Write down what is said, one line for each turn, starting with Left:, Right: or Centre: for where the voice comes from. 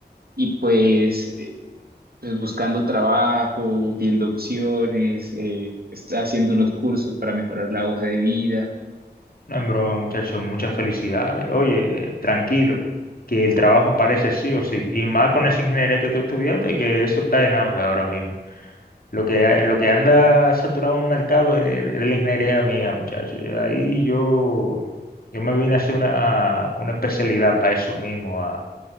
Right: y pues, eh, pues buscando trabajo, viendo opciones, eh, est- haciendo unos cursos para mejorar la hoja de vida.
Left: No en broma, muchacho, muchas felicidades. Oye, eh, tranquilo, que el trabajo aparece sí o sí. Y más con esa ingeniería que tú estudiaste, que eso está en auge ahora mismo. Lo que, eh, lo que anda saturado en el mercado es, es la ingeniería mía, muchacho. Ahí yo, yo me vine a hacer una, una especialidad para eso mismo,